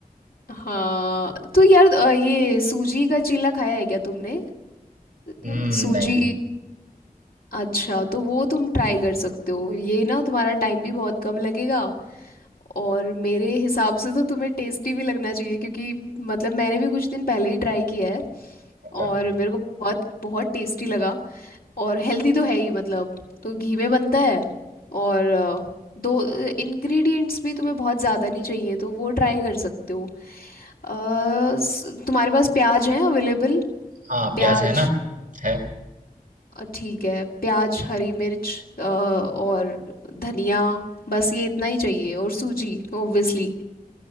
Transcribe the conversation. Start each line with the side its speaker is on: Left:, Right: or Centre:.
Left: हाँ तो यार अ, ये सूजी का चीला खाया है क्या तुमने
Right: हम्म
Left: अ, सूजी
Right: नहीं
Left: अच्छा तो वो तुम ट्राई कर सकते हो ये ना तुम्हारा टाइम भी बहुत कम लगेगा और मेरे हिसाब से तो तुम्हें टेस्टी भी लगना चाहिए क्योंकि मतलब मैंने भी कुछ दिन पहले ही ट्राई किया है
Right: अच्छा
Left: और मेरे को बहुत बहुत टेस्टी लगा और हेल्दी तो है ही मतलब तो घी में बनता है और अ, दो इंग्रेडिएंट्स भी तुम्हें बहुत ज़्यादा नहीं चाहिए तो वो ट्राई कर सकते हो अ, स- तुम्हारे पास प्याज है अवेलेबल
Right: हाँ प्याज
Left: प्याज
Right: है ना है
Left: अ, ठीक है प्याज हरी मिर्च अ, और धनिया बस ये इतना ही चाहिए और सूजी ओब्वियसली